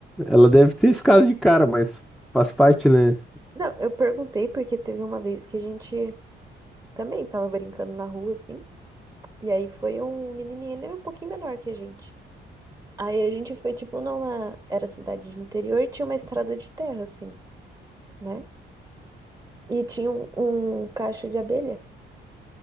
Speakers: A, in the centre; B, on the right.
A: Ela deve ter ficado de cara, mas faz parte, né?
B: Não, eu perguntei porque teve uma vez que a gente também tava brincando na rua, assim. E aí foi um menininho, ele era um pouquinho menor que a gente. Aí a gente foi, tipo, numa... Era cidade de interior e tinha uma estrada de terra, assim, né? E tinha um, um cacho de abelha.